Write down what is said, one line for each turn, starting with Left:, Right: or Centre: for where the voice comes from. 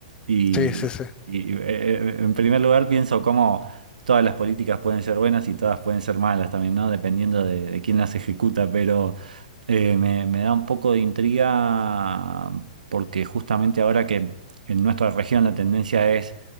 Right: Y,
Left: sí, sí. sí.
Right: y, eh, eh, en primer lugar pienso cómo todas las políticas pueden ser buenas y todas pueden ser malas también, ¿no? Dependiendo de, de quién las ejecuta, pero eh, me, me da un poco de intriga porque justamente ahora que en nuestra región la tendencia es